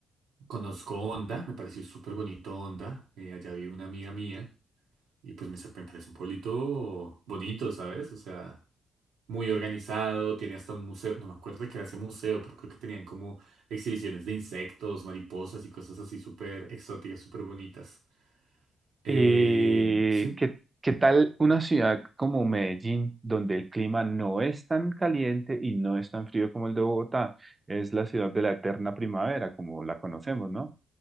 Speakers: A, on the right; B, on the right.
A: conozco Honda, me pareció súper bonito Honda. eh, allá vive una amiga mía y pues me, sa- me parece un pueblito bonito, ¿sabes? O sea muy organizado, tiene hasta un museo, no me acuerdo de qué era ese museo, pero creo que tenían como exhibiciones de insectos, mariposas y cosas así súper exóticas, súper bonitas. Eh,
B: Eh,
A: sí,
B: ¿qué, qué tal una ciudad como Medellín, donde el clima no es tan caliente y no es tan frío como el de Bogotá? Es la ciudad de la eterna primavera, como la conocemos, ¿no?